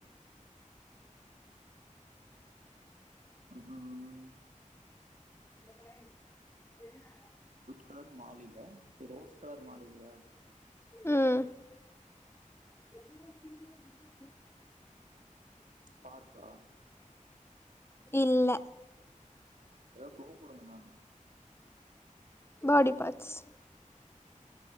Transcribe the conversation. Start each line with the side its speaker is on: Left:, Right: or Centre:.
Right: ம்
Left: <inaudible>
Right: கலர் மாளிக ரோஸ் கலர் மாளிகயா
Left: ம் <inaudible>
Right: பார்க்கா
Left: இல்ல
Right: ஏதாவது குளு குடுங்க மேம்
Left: பாடி பார்ட்ஸ்